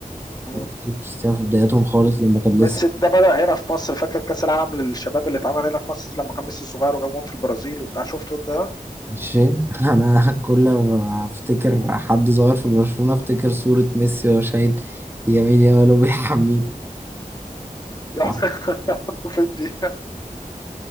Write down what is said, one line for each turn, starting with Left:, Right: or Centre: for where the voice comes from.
Left: مم.
Right: ميسي وكريستيانو في بداياتهم خالص لما كان
Left: ميسي
Right: لسه
Left: ده بدأ هنا في مصر فاكر كأس العالم للشباب اللي اتعمل هنا في مصر لما كان ميسي صغير وجاب جون في البرازيل وبتاع شفته انت ده؟
Right: مش فاهم <laughs> انا كل ما افتكر حد صغير في برشلونة افتكر صورة ميسي وهو شايل يمين يامال وبيحميه
Left: يا
Right: <laughs>
Left: <laughs> فين دي؟